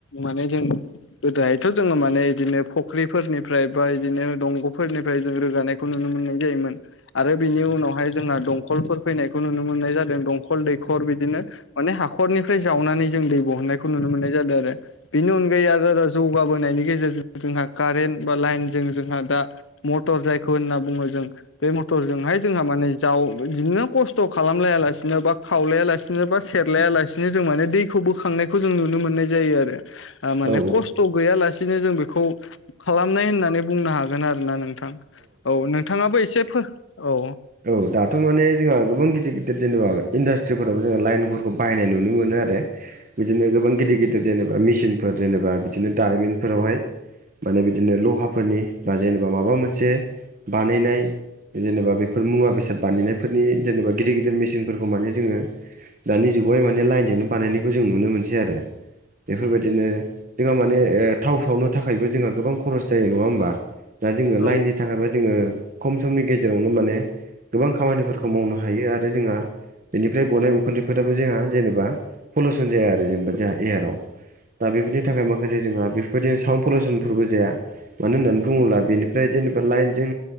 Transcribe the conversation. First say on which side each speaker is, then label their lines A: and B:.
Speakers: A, on the left (about 70°); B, on the right (about 45°).
A: माने जों गोदोहायथ' जोङो माने बिदिनो फुख्रिफोरनिफ्राय बा बिदिनो दंग'फोरनिफ्राय जों रोगानायखौ नुनो मोन मोननाय जायोमोन आरो बेनि उनावहाय जोंहा दंखलफोर फैनायखौ नुनो मोननाय जादों खल दैखर बिदिनो माने हाखरनिफ्राय जावनानै जों दै बहननायखौ नुनो मोननाय जादों आरो। बिनि अनगायै आद आदाजौ जौगाबोनायनि गेजेरजों जोंहा कारेन्ट बा लाइनजों जोंहा दा मटर जायखौ होनना बुङो जों बे मथरजोंहाय जोंहा माने जाव बिदिनो खस्थ' खालामलाया लासिनो बा खावलाया लासिनो बा सेरलाया लासिनो जों माने दैखौ खौ बोखांनायखौ जों नुनो मोननाय जायो आरो माने
B: औ
A: खस्थ' गैयालासेनो जों बेखौ खालामनाय होननानै बुंनो हागोन आरोना नों नोंथां औ नोंथाङाबो एसे औ
B: औ दाथ' माने जोंहा गोबां गिदिर गिदिर जेनेबा इन्डास्ट्रिफोरावबो जोना लाइनफोरखौ बाहायनाय नुनो मोनो आरो। बिदिनो गोबां गिदिर गिदिर जेनेबा मिसिनफोर जेनेबा बिदिनो दारिमिनफोरावहाय। माने बिदिनो लहाफोरनि बा जेनेबा माबा मोनसे बानायनाय जेनेबा बे बेफोर मुवा बेसाद बानायनायफोरनि जेनेबा गिदिर गिदिर मेचिनफोरखौ माने जोङो दानि जुगावहाय माने लाइनजोंनो बानायनायखौ जों नुनो मोनसै आरो बेफोरबायदिनो जोंहा माने थाव ओ सावनो थाखायबो जोंहा गोबां खरस जायो नङा होमबा। दा जोङो
A: औ
B: लाइननि थाखायबा जोङो खम समनि गेजेरावनो माने गोबां खामानिफोरखौ मावनो हायो आरो जोंहा बेनिफ्राय गनाय उखुथैफोराबो जोंहा जेनेबा पलुसन जाया आरो जेनेबा जोंहा एयाराव दा बेफोरनि थाखाय माखासे जोंहा बेफोरबायदिनो साउन्ड पलिउसनफोरबो जाया मानो होननानै बुङोब्ला बेनिफ्राय जेनेबा लाइनजों